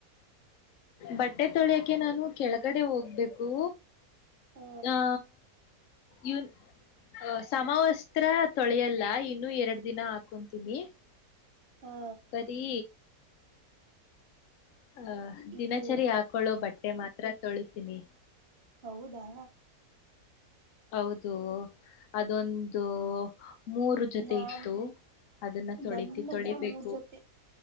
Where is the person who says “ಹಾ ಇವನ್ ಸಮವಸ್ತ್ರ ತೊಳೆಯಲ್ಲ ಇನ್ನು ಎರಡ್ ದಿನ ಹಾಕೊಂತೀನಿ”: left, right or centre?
Left